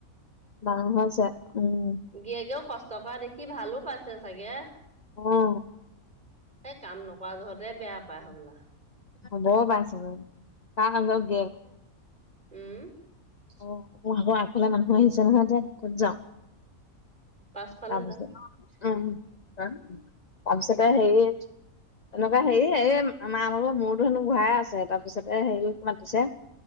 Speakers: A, on the left; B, on the right.
A: ডাঙৰ হৈছে, উম।
B: জীয়কেও কষ্ট কৰা দেখি ভালো পাইছে চাগে।
A: উম।
B: এই কাম নকৰা জহতে বেয়া পায় হ'বলা।
A: হব পাই ছাগে তাৰ <unintelligible>
B: উম।
A: অ, মোৰ আগৰ আগফালে মানুহ আহিছে নহয় যে ক'ত যাওঁ?
B: পাছফালে
A: তাৰপিছত
B: যা
A: <unintelligible> উম, তাৰপিছতে হেৰি, এনেকুৱা হেৰি এই মা ভাগৰ মোৰতো হেনো ঘূৰাই আছে। তাৰপিছতে হেৰিক মাতিছে,